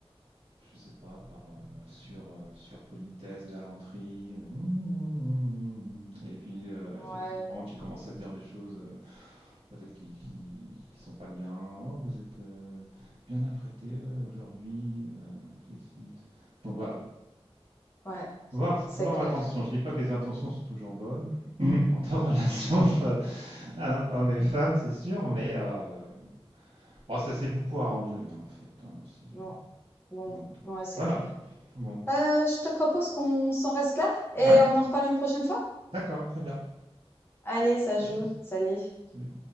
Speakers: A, on the right; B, on the left.
A: je sais pas, par euh, sur, euh, sur politesse, galanterie. euh, Mm, mm, mm. et puis euh,
B: ouais,
A: effectivement, tu commences à dire des choses euh, peut-être qui, qui, qui sont pas bien. Oh, vous êtes euh, bien apprêté euh, aujourd'hui, euh, félicite. Donc voilà.
B: ouais,
A: Faut Voir, faut
B: c'est
A: voir
B: clair.
A: l'intention. Je dis pas que les intentions sont toujours bonnes <clears throat> entre <laughs> relations entre euh, hommes et femmes, c'est sûr, mais euh, bon, ça s'est beaucoup arrangé hein, en fait hein, aussi, euh,
B: Bon, bon,
A: dans le temps.
B: ouais, c'est
A: Voilà.
B: clair.
A: Bon.
B: Euh, je te propose qu'on s'en reste là et
A: Ouais.
B: on en reparle une prochaine fois.
A: D'accord, très bien.
B: Allez, ça
A: À
B: joue.
A: plus.
B: Salut.
A: Salut.